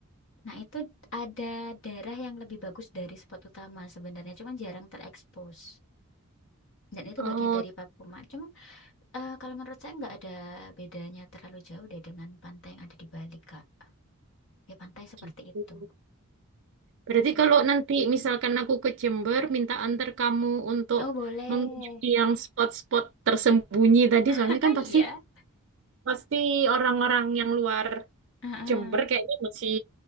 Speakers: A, on the left (about 60°); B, on the right (about 55°).
A: Nah, itu ada daerah yang lebih bagus dari spot utama sebenarnya. cuma jarang terekspos. Dan itu
B: Oh,
A: bagian dari Papuma. cuma eh, kalau menurut saya nggak ada bedanya terlalu jauh deh dengan pantai yang ada di Bali, Kak. Ya pantai seperti
B: gitu.
A: itu.
B: Berarti
A: Mungkin.
B: kalau nanti misalkan aku ke Jember, minta antar kamu untuk
A: Oh, boleh.
B: mengunjungi yang spot-spot tersembunyi tadi, soalnya
A: <laughs>
B: kan
A: Iya.
B: pasti pasti orang-orang yang luar
A: Ah, ah.
B: Jember kayaknya masih